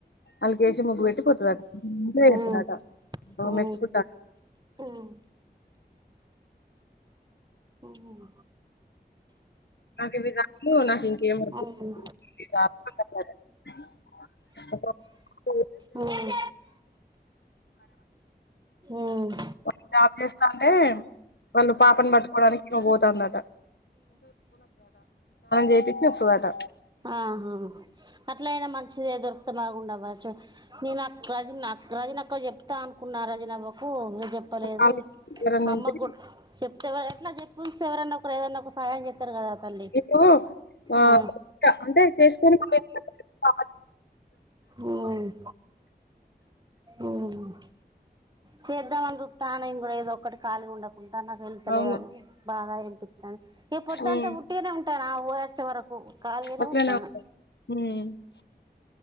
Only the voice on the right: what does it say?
ఉమ్,
ఉమ్,
ఉమ్, ఉమ్, ఉమ్
ఉమ్,
ఉమ్ ఉమ్
ఆహా అట్లయినా మంచిదే దొరుకుతే బాగుండువ్వా చ నేను అక్క రజినీ అక్క రజినీ అక్కకు చెప్తా అనుకున్నా రజినీ అవ్వకు ప్పు ఉ చెప్పలేదు
అమ్మ
కొట్ చెప్తేవ ఎట్లా చెప్పి ఉంచితే ఎవరన్నా ఒకరు ఏదన్నా ఒక సహాయం చేస్తారు కదా తల్లి
ఉమ్,
ఉమ్ ఉమ్ చేద్దామనీ చుత్తన్న నేను కూడా ఏదో ఒక్కటి ఖాళీగా ఉండక కుంటా నాకు వెళ్తలేదు
అని బాగా యానిపిత్తంది ఈ పొద్దుంతా
ఉట్టిగానే ఉంటా ఆ మావోడు వచ్చే వరకు ఖాళీగానే
ఉంటా